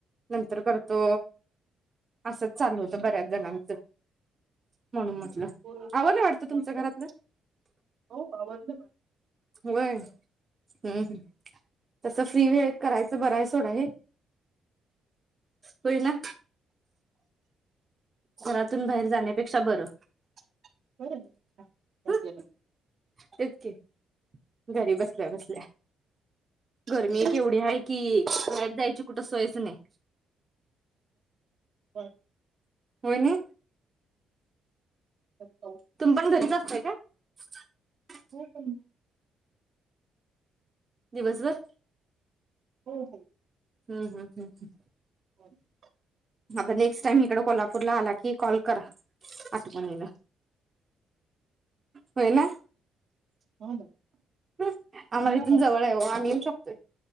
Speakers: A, on the right (about 30°); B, on the right (about 60°).
A: नंतर करतो असंच चालू होतं बऱ्याच जणां च म्हणून म्हटलं
B: हो
A: वाटतं
B: <unintelligible>
A: तुमचं घरातलं
B: हो आवरल माझं
A: होय हम्म हम्म तसं फ्री वेळेत करायचं बर हाय सोड हे होय ना घरातून बाहेर जाण्यापेक्ष पेक्षा बरं
B: <unintelligible> बसल्या बसल्या
A: हं तेच की घरी बसल्या बसल्या गरमी
B: छान.
A: केवढी हाय की बाहेर जायची कुठे सोयच नाही
B: <unintelligible>
A: हो ना
B: <inaudible>
A: तुम पण घरीच असता त्या काय
B: <unintelligible>
A: दिवसभर
B: हो हो
A: हम्म हम्म हम् ह
B: <unintelligible>
A: हता नेक्स्ट टाइम इकडे कोल्हापूरला आला की कॉल करा आठवणीन होयना
B: हो ना
A: आम्हाला
B: मला
A: इथून
B: वाटतं
A: जवळ आहे ओ आम्ही येऊ शकतो